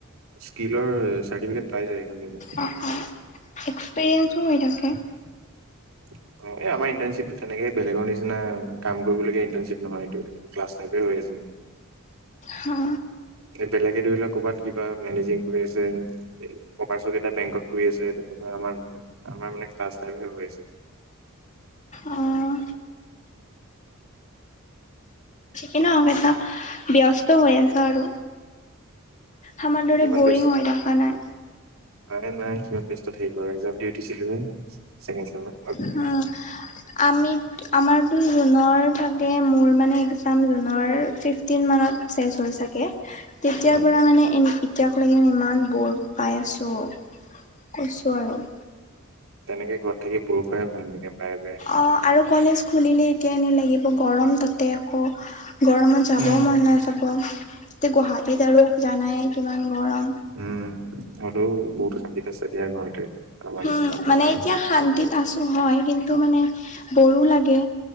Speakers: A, on the right (about 70°); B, on the left (about 35°).
A: স্কিলৰ চাৰ্টিফিকেট পাই যায় সেইখন দে
B: অ', অ', এক্সপেৰিয়েঞ্চো হৈ থাকে।
A: <inaudible> অ', এই আমাৰ ইণ্টাৰচিপটো তেনেকে বেলেগৰ নিচিনা কাম কৰিবলগীয়া ইন্টাৰচিপ নহয় এইটো। ক্লাছ টাইপ হৈ আছে।
B: হা।
A: তেনেকে ধৰি লও কৰবাত কিবা মেনেজিং কৰি আছে কমাৰ্চ কেইটা বেংকত কৰি আছে তে আমাৰ আমাৰ মানেইে ক্লাছ টাইপহে হৈ আছে। <inaudible>
B: আহ। এই ন এটা ব্যস্ত হৈ আছ আৰু হমাৰ দৰে
A: কিমান
B: বৰিং
A: ব্যস্ত
B: হৈ থকা নাই।
A: নাই, নাই কিমান ব্যস্ত থাকিবা আৰু এক্সাম দি উঠিছিলোহে ছেকেণ্ড চেমত।
B: অহ আমি আমাৰতো জুনৰ থাকে মোৰ মানে এক্সাম জুনৰ ফিফটিন মানত শেচ হয় চাগে তেতিয়াৰ
A: উম,
B: পৰা মানে এ এতিয়া তেতিয়ালকে মানে ইমান বোৰ পাই আছো কৈছোঁ আৰু।
A: তেনেকে ঘৰত থাকি বোৰ পাই ভাল সনেকে বাৰে বাৰে
B: অ', আৰু কলেজ খুলিলে এতিয়া এনে লাগিব গৰম তাতে তাতে আকৌ গৰমত যাব
A: উম
B: মন নাযাব। এ গুৱাহাটীত আৰু জানাই কিমান গৰম।
A: উম আৰু বহুত শান্তিত আছা দিয়া ঘৰতে আমাৰ নিচিনা
B: উম
A: নহয়
B: মানে
A: আৰু
B: এতিয়া শান্তিত আছোঁ হয়। কিন্তু মানে বৰো লাগে,